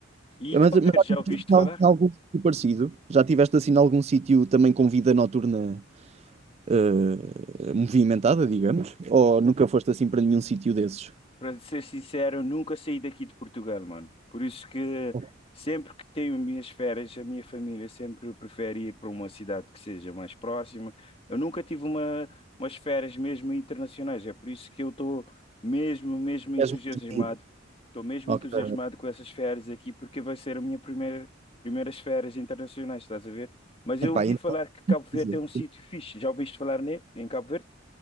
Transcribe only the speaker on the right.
É,
Mas, mas
já
tiveste
assim em
algum sítio parecido? Já tiveste assim em algum sítio também com vida noturna eh, movimentada, digamos? Ou nunca foste assim para nenhum sítio desses?
Ok.
És muito tímido.
Ok.
Epá,
então,
quer
dizer,